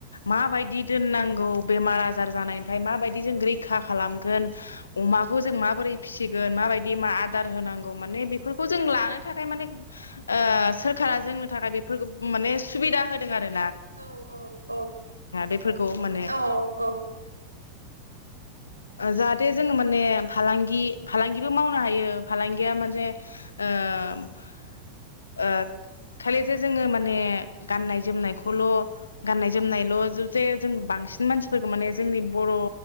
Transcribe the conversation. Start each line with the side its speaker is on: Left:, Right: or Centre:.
Left: माबायदि दोननांगौ बेमार आजार जानायनिफ्राय माबायदि जों रैखा खालामगोन अमाखौ जों माबोरै फिसिगोन माबायदि मा आदार होनांगौ माने बेफोरखौ जों लानो थाखाय माने ओ सोरखारा जों थाखाय बेफोरखौ माने सुबिदा होदों आरो
Right: औ औ
Left: बेफोरखौ माने
Right: औ औ औ
Left: जाहाथे जोङो माने फालांगि फालांगिबो मावनो हायो फालांगिया मोनसे ओ खालिसो जोङो माने गाननाय जोमनायखौल' गाननाय जोमनायल' जे जों बांसिन मानसिफोरखौ माने जोंनि बर'